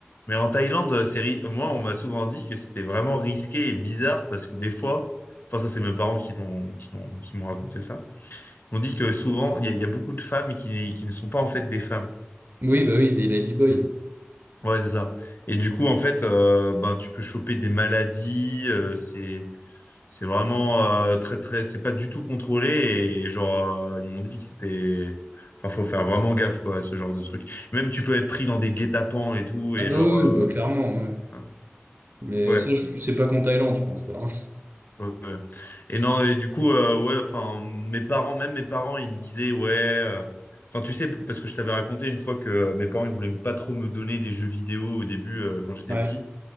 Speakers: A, on the left; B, on the right.
A: Mais en Thaïlande, c'est ri- moi, on m'a souvent dit que c'était vraiment risqué et bizarre parce que des fois, enfin, ça, c'est mes parents qui l'ont, qui l'ont- qui m'ont raconté ça. On dit que souvent, il y, a il y a beaucoup de femmes qui, qui ne sont pas en fait des femmes.
B: Oui bah oui, des ladyboys.
A: Hmm. Ouais, c'est ça. Et du coup, en fait, euh, ben, tu peux choper des maladies. euh, c'est, c'est vraiment euh, très, très. C'est pas du tout contrôlé. Et genre, euh, ils m'ont dit que c'était. Enfin, faut faire vraiment gaffe, quoi, à ce genre de truc. Même, tu peux être pris dans des guet-apens et tout.
B: Ah
A: Et
B: bah
A: genre.
B: oui,
A: euh,
B: oui, bah, clairement. ouais.
A: enfin,
B: Mais
A: Ouais,
B: ça, je je sais pas qu'en Thaïlande, tu penses ça. hein.
A: ouais. ouais. Et non, et du coup, euh, ouais, enfin, mes parents, même mes parents, ils me disaient, ouais. euh, Enfin, tu sais, parce que je t'avais raconté une fois que euh, mes parents, ils voulaient pas trop me donner des jeux vidéo au début, euh, quand j'étais
B: Ouais.
A: petit.